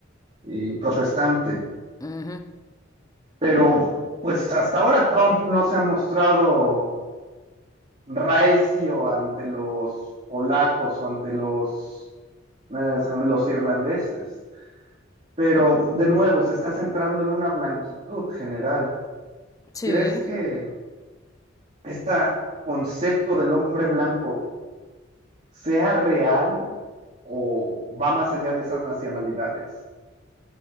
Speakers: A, on the right; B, on the left.
A: Y protestante.
B: Uh -huh.
A: Pero pues hasta ahora Trump no se ha mostrado reacio ante los polacos o ante los, eh, según los irlandeses. Pero de nuevo, se está centrando en una blanquitud general.
B: Sí.
A: ¿Crees que este concepto del hombre blanco sea real o va más allá de esas nacionalidades.